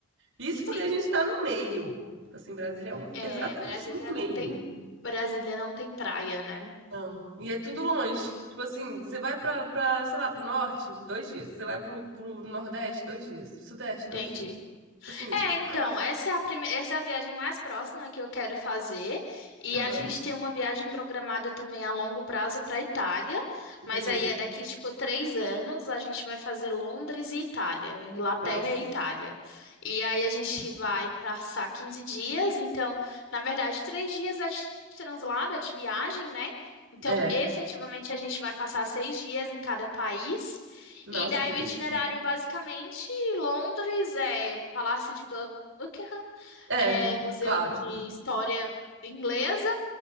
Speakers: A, on the right; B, on the left.
A: Isso
B: E sim,
A: porque a gente tá no meio. Tipo assim, Brasília é um-
B: é,
A: exatamente
B: Brasília
A: no meio.
B: não tem, Brasília não tem praia, né?
A: Não. E é tudo longe. Tipo assim, você vai pra, pra, sei lá, pro norte, dois dias. Você vai pro, pro nordeste, dois dias. Sudeste,
B: Entendi.
A: dois dias. Tipo Assim,
B: É,
A: sei
B: então,
A: lá.
B: essa é a prime... essa é a viagem mais próxima que eu quero fazer. E
A: Aham.
B: a gente tem uma viagem programada também a longo prazo para Itália.
A: Delícia.
B: Mas aí é daqui, tipo, três anos, a gente vai fazer Londres e Itália, Inglaterra
A: Nossa.
B: e Itália. E aí a gente vai passar 15 dias. Então, na verdade, três dias é de translado, é de viagem, né? Então,
A: É.
B: efetivamente, a gente vai passar seis dias em cada país.
A: Nossa,
B: E daí
A: que delícia.
B: o itinerário, basicamente, Londres é Palácio de Buckingham,
A: É,
B: é Museu
A: claro.
B: de História Inglesa.